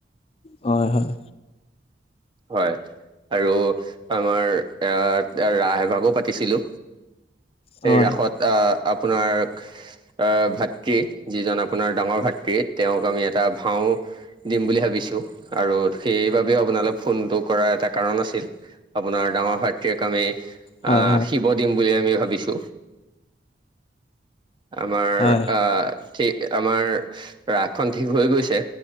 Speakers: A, on the left; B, on the right.
A: হয় হয়।
B: হয়। আৰু আমাৰ এ ৰাসভাগো পাতিছিলো।
A: হয়
B: এই ৰাসত আহ আপোনাৰ আহ ভাতৃ যিজন আপোনাৰ ডাঙৰ ভাতৃ তেওঁক আমি এটা ভাও দিম বুলি ভাবি। ছ আৰু সেইবাবে তিও আপোনালৈ ফোনতটো কৰাৰ এটা কাৰণ আছিল। আপোনাৰ ডাঙৰ ভাতৃক আমি
A: হয়
B: আহ শিৱ দিম বুলি আমি ভাবিছো। আমাৰ
A: হয়
B: আঁ ঠিক আমাৰ ৰাসখনন ঠিক হৈ গৈছে